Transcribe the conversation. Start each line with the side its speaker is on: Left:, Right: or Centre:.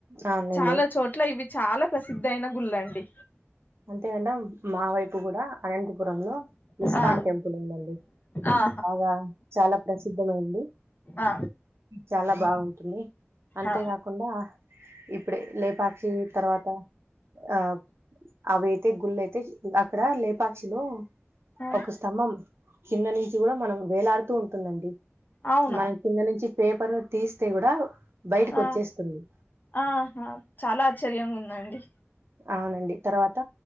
Right: అవునండి
Left: చాలా చోట్ల ఇవి చాలా ప్రసిద్ధయిన గుళ్ళు అండి
Right: అంతే కడా మా వైపు కూడా అనంతపురం లో ఇస్కాన్
Left: ఆ
Right: టెంపుల్ ఉందండి
Left: ఆహా
Right: బాగా చాలా ప్రసిద్ధమైంది
Left: ఆ
Right: చాలా బాగుంటుంది అంతే
Left: ఆ ఆ
Right: కాకుండా ఇప్పు ఇప్పుడే లేపాక్షి తర్వాత ఆ అవి అయితే గుళ్ళు అయితే అక్కడ లేపాక్షిలో
Left: ఆ
Right: ఒక స్తంభం కింది నుంచి కూడా మనకు వేలాడుతూ ఉంటుందండి
Left: అవునా
Right: మనం కింద నుంచి పేపరు తీస్తే కూడా బయటకు
Left: ఆ
Right: వచ్చేస్తుంది
Left: ఆహా చాలా ఆశ్చర్యంగా ఉంది అండి
Right: అవునండి తర్వాత